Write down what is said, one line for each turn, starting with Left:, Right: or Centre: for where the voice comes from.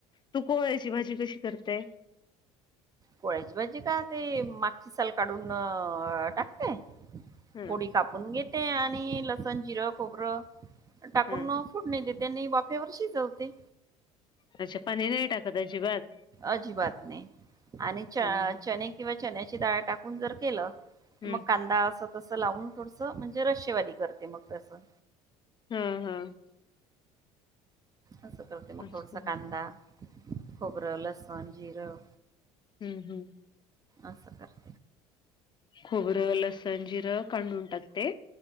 Left: तू कोहळ्याची भाजी कशी करते.
Right: कोहळ्याची भाजी का ते, मागची साल काढून टाकते.
Left: ह
Right: फोडी कापून घेते आणि, लसण जिरं खोबरं टाकून
Left: ह
Right: मग. फोडनी देते आणि वाफेवर शिजवते.
Left: अच्छा पानी नाही टाकत अजिबात.
Right: अजिबात नाही आणि च
Left: हम्म
Right: चणे किंवा चण्याची डाळ टाकून जर केलं
Left: हम्म
Right: मग कांदा असं तसं लावून थोडस म्हणजे रशेवाली करते मग तसं.
Left: हंम हंम
Right: असं करते मग
Left: असत
Right: थोडस
Left: हम्म
Right: कांदा, खोबरं, लसूण जिरं
Left: हम्म हम्म.
Right: अस काय.
Left: खोबरं लसण, जिरं काडून टाकते.